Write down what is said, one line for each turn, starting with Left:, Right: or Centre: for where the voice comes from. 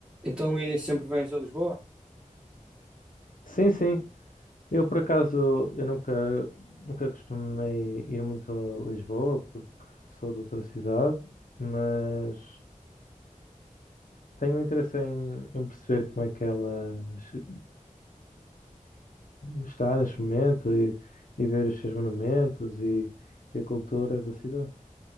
Centre: Então, e sempre vens a Lisboa?
Left: Sim, sim. Eu, por acaso, eu nunca, nunca costumei ir muito a Lisboa, porque sou de outra cidade, mas tenho interesse em, em perceber como é que ela se- está neste momento e, e ver os seus monumentos e, e a cultura da cidade.